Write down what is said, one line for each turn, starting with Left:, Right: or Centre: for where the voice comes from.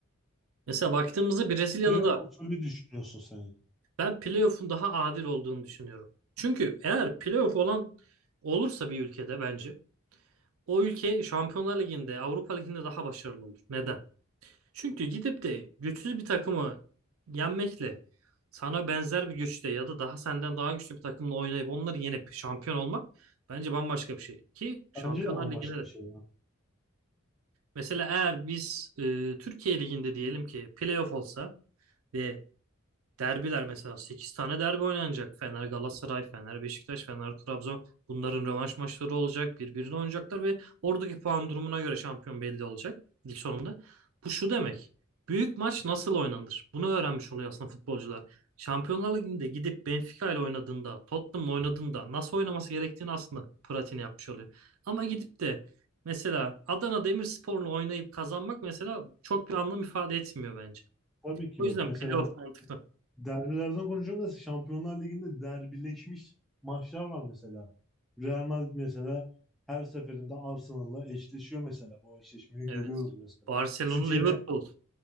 Right: Mesela baktığımızda Brezilya'da
Centre: Playoff
Right: da
Centre: usulü düşünüyorsun sen yani.
Right: ben playoff'un daha adil olduğunu düşünüyorum. Çünkü eğer playoff olan olursa bir ülkede bence o ülke Şampiyonlar Ligi'nde, Avrupa Ligi'nde daha başarılı olur. Neden? Çünkü gidip de güçsüz bir takımı yenmekle sana benzer bir güçte ya da daha senden daha güçlü bir takımla oynayıp onları yenip şampiyon olmak bence bambaşka bir şey. Ki Şampiyonlar
Centre: Bence de ama
Right: Ligi'ne
Centre: başka
Right: de.
Centre: bir şey ya.
Right: Mesela eğer biz e, Türkiye Ligi'nde diyelim ki playoff olsa ve Derbiler mesela 8 tane derbi oynanacak. Fener Galatasaray, Fener Beşiktaş, Fener Trabzon. Bunların rövanş maçları olacak. Birbirine oynayacaklar ve oradaki puan durumuna göre şampiyon belli olacak lig sonunda. Bu şu demek. Büyük maç nasıl oynanır? Bunu öğrenmiş oluyor aslında futbolcular. Şampiyonlar Ligi'nde gidip Benfica ile oynadığında, Tottenham'la oynadığında nasıl oynaması gerektiğini aslında pratiğini yapmış oluyor. Ama gidip de mesela Adana Demirspor'la oynayıp kazanmak mesela çok bir anlam ifade etmiyor bence.
Centre: Tabii ki
Right: O yüzden
Centre: bak mesela
Right: playoff mantıklı.
Centre: Derbilerden konuşalım da Şampiyonlar Ligi'nde derbileşmiş maçlar var mesela. Real Madrid mesela her seferinde Arsenal'la eşleşiyor mesela. Bu eşleşmeyi
Right: Evet.
Centre: görüyoruz mesela.
Right: Barcelona,
Centre: City
Right: Liverpool,
Centre: ile